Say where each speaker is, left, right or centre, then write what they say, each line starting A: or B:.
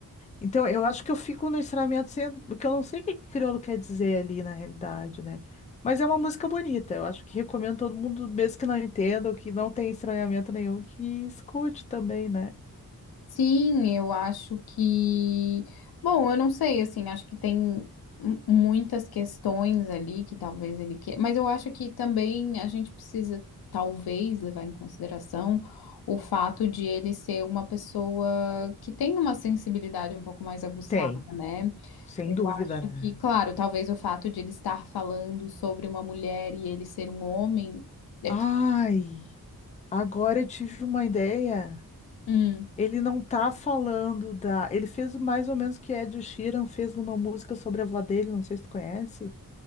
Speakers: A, on the left (about 20°); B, on the left (about 85°).
A: Então, eu acho que eu fico no estranhamento sendo, porque eu não sei o que que crioulo quer dizer ali na realidade, né? Mas é uma música bonita, eu acho que recomendo todo mundo, mesmo que não entenda ou que não tenha estranhamento nenhum, que escute também, né?
B: Sim, eu acho que. Bom, eu não sei, assim, acho que tem mu- muitas questões ali que talvez ele queira. Mas eu acho que também a gente precisa, talvez, levar em consideração o fato de ele ser uma pessoa que tem uma sensibilidade um pouco mais aguçada,
A: Tem,
B: né?
A: sem
B: Eu
A: dúvida,
B: acho
A: né?
B: que, claro, talvez o fato de ele estar falando sobre uma mulher e ele ser um homem. é-
A: Ai, agora eu tive uma ideia.
B: Hum,
A: Ele não tá falando da. Ele fez mais ou menos o que Ed Sheeran fez numa música sobre a avó dele, não sei se tu conhece,